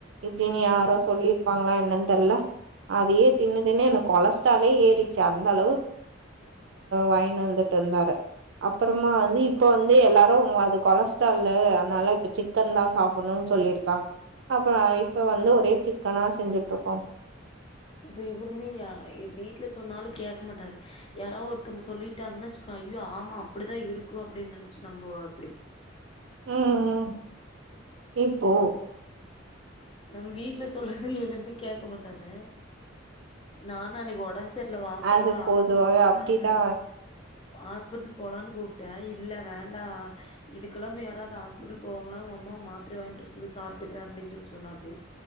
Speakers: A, on the right; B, on the left.
A: இப்படின்னு யாரோ சொல்லிருப்பாங்களா என்னன்னு தெரியல அதே தின்னு தின்னு எனக்கு கொலஸ்ட்ராலே ஏறிருச்சு அந்த அளவு வாங்கினு வந்துட்டு இருந்தாரு அப்புறமா வந்து இப்ப வந்து எல்லாரும் அது கொலஸ்ட்ரால்லு அதனால இப்ப சிக்கன் தான் சாப்பிடணும்ன்னு சொல்லிருக்காங்க அப்பறம் இப்ப வந்து ஒரே சிக்கனா செஞ்சுட்டு இருக்கோம்
B: இப்ப இவருமேயா வீட்டுல சொன்னாலும் கேட்க மாட்டாரு யாரோ ஒருத்தவங்க சொல்லிட்டாங்கன்னு வச்சுக்கோ ஐயோ ஆமா அப்படிதான் இருக்கும் அப்படின்னு நினைச்சு நம்புவாப்படி
A: உம் உம் இப்போ
B: நம் வீட்ல சொல்றது எதுவுமே கேட்க மாட் டாரு நான் நா இன்னைக் ஒடஞ் சேர்ல வா போகலா
A: அது பொதுவாவே
B: ஹாஸ்பிட்லு போலான்னு
A: அப்டிதா
B: ஹாஸ்பிட்லு போலான்னு கூப்ட்டேன் இல்லே வேண்டாம் இதுக்கெலா போய் யாராவது ஹாஸ்பிட்லு போவாங்களா உங்க அம்மாவ மாத்ர வாங்கிட்டு வரச்சொல்லு சாப்பிட்டுகறேன் அப்டின்னு சொல்லி சொன்னாப்டி